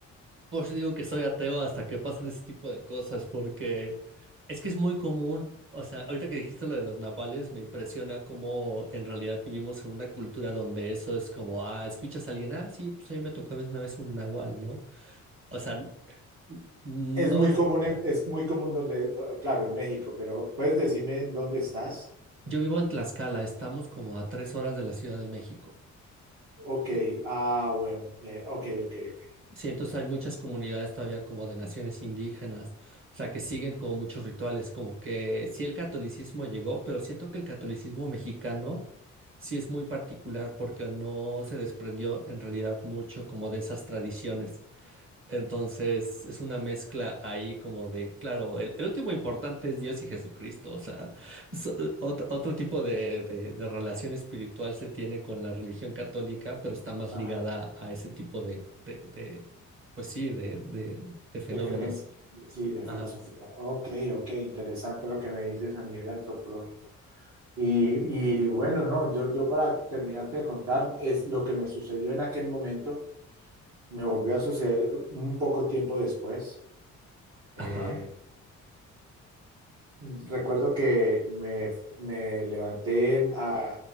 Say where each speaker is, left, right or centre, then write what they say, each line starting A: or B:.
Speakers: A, on the right; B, on the right.
A: Pues yo digo que soy ateo hasta que pasen ese tipo de cosas, porque es que es muy común. O sea, ahorita que dijiste lo de los nahuales, me impresiona cómo en realidad vivimos en una cultura donde eso es como, ah, ¿escuchas a alguien? Ah, sí, pues a mí me tocó a veces una vez un nahual, ¿no? O sea, n- no,
B: Es muy común, en- es muy común donde, do- claro, en México, pero ¿puedes decirme en dónde estás?
A: yo vivo en Tlaxcala, estamos como a tres horas de la Ciudad de México.
B: Ok,
A: Eh,
B: ah, bueno, eh, ok, ok, ok.
A: Sí, entonces hay muchas comunidades todavía como de naciones indígenas, o sea, que siguen como muchos rituales, como que sí el catolicismo llegó, pero siento que el catolicismo mexicano Sí, es muy particular porque no se desprendió en realidad mucho como de esas tradiciones. Entonces, es una mezcla ahí como de, claro, el, el último importante es Dios y Jesucristo, o sea, so- otro, otro tipo de, de- de relación espiritual se tiene con la religión católica, pero está más
B: Ajá,
A: ligada a ese tipo de, de, de, pues sí, de, de, de fenómenos.
B: de creencia, sí, de
A: Ajá,
B: filosofía. Ok, ok, interesante lo que me dices a nivel antropológico. Y, y bueno, no, yo, yo para terminarte de contar, es lo que me sucedió en aquel momento, me volvió a suceder un poco tiempo después. Eh,
A: ajá,
B: recuerdo que me, me levanté en- a